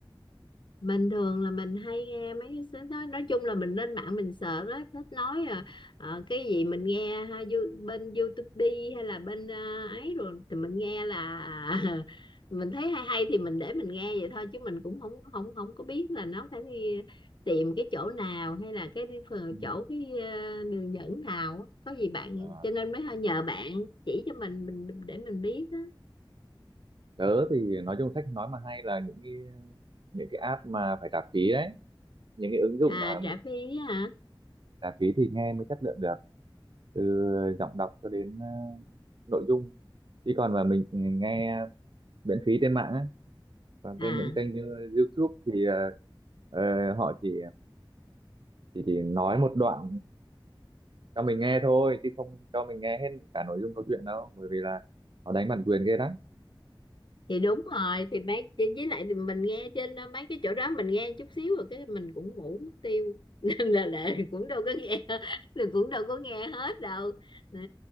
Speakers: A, on the left; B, on the right.
A: mình thường là mình hay nghe mấy cái sách đó nói chung là mình lên mạng mình sợ đó thích nói à, ờ, cái gì mình nghe ha, you- bên YouTube đi hay là bên à, ấy rồi thì mình nghe là <laughs> mình thấy hay hay thì mình để mình nghe vậy thôi chứ mình cũng không không không có biết là nó phải đi tìm cái chỗ nào hay là cái đi phờ-
B: Ừ.
A: chỗ cái à, đường dẫn nào á. có gì bạn
B: Ờ.
A: cho nên mới nhờ bạn chỉ cho mình mình để mình biết á
B: tớ thì nói chung sách nói mà hay là những cái những cái app mà phải trả phí đấy những cái ứng dụng
A: à
B: mà mình
A: trả phí hả
B: trả phí thì nghe mới chất lượng được từ giọng đọc cho đến ờ, nội dung chứ còn mà mình nghe miễn phí trên mạng á còn
A: à
B: trên những kênh như YouTube thì ờ, ờ, họ chỉ, chỉ chỉ nói một đoạn cho mình nghe thôi chứ không cho mình nghe hết cả nội dung câu chuyện đâu bởi vì là họ đánh bản quyền ghê lắm
A: thì đúng rồi thì mấy chỉ- với lại thì mình nghe trên đó, mấy cái chỗ đó mình nghe chút xíu rồi cái mình cũng ngủ mất tiêu <laughs> nên là, là cũng đâu có nghe <laughs> mình cũng đâu có nghe hết đâu Đó.